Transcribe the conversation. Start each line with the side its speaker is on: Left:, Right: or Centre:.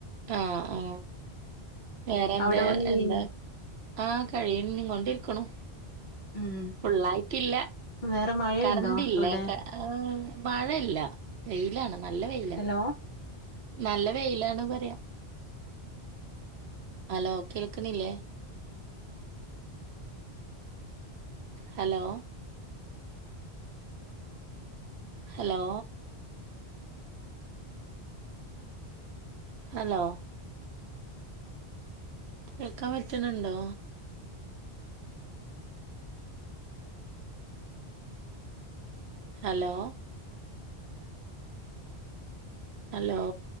Right: ആ ആ വേറെന്താ
Left: അവിടെ പണി
Right: എന്താ
Left: കഴിഞ്ഞോ
Right: ആ കഴിയൻ കൊണ്ടിരിക്കണു
Left: ഉം
Right: ഫുള്ളായിട്ടില്ല,
Left: വേറെ മഴയുണ്ടോ
Right: കറണ്ട്ല്ലേ
Left: അവിടെ
Right: ആഹ് മഴയല്ല വെയിലാണ് നല്ല വെയിലാ
Left: ഹലോ
Right: നല്ല വെയിലാണ് പറയാ ഹലോ കേൾക്കുന്നില്ലേ ഹലോ ഹലോ ഹലോ കേൾക്കാൻ പറ്റ്ണ് ണ്ടോ ഹലോ ഹലോ